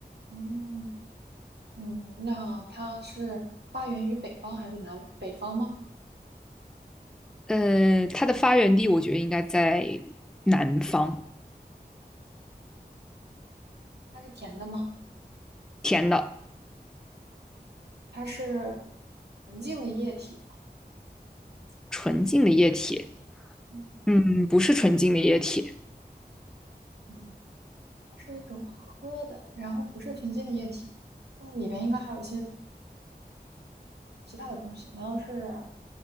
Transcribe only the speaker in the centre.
呃，它的发源地我觉得应该在南方，
甜的
纯净的液体，
嗯，不是纯净的液体，